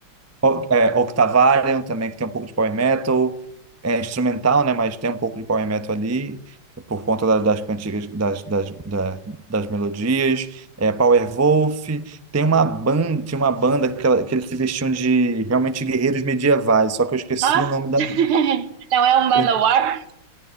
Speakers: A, on the right (about 20°); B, on the right (about 85°).
A: o- é, Octavarium também, que tem um pouco de power metal, é instrumental, né, mas tem um pouco de power metal ali, por conta da- das cantigas, das, das, da- das melodias, é, Powerwolf, tem uma banda, tinha uma banda que, ela- que eles se vestiam de, realmente, guerreiros medievais, só que eu esqueci
B: Nossa!
A: o nome da...
B: <laughs> Não é um Manowar?
A: eu